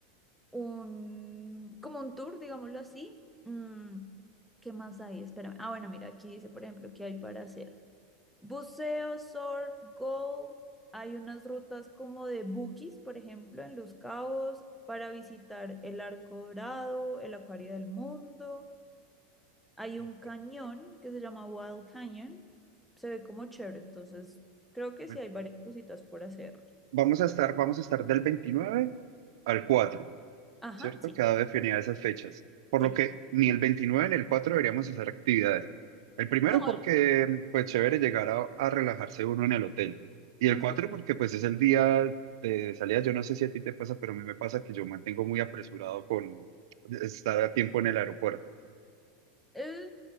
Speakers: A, in the centre; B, on the right.
A: un, como un tour, digámoslo así. Mm, ¿qué más hay? Espérame. Ah, bueno, mira, aquí dice, por ejemplo, que hay para hacer buceo, surf, golf. Hay unas rutas como de buggies, por ejemplo, en Los Cabos, para visitar el Arco Dorado, el Acuario del Mundo. Hay
B: Ok.
A: un cañón que se llama Wild Canyon. Se ve como chévere, entonces creo que
B: Bueno,
A: sí hay varias cositas por hacer.
B: vamos a
A: por-
B: estar, vamos a estar del veintinueve al cuatro
A: Ajá,
B: ¿cierto?
A: sí,
B: Queda definida esas fechas. Por
A: sí.
B: lo que ni el 29 ni el 4 deberíamos hacer actividades. El primero
A: No,
B: porque, pues, chévere llegar a, a relajarse uno en el hotel. Y el
A: ujú.
B: 4 porque, pues, es el día de salida. Yo no sé si a ti te pasa, pero a mí me pasa que yo mantengo muy apresurado con estar a tiempo en el aeropuerto.
A: Eh,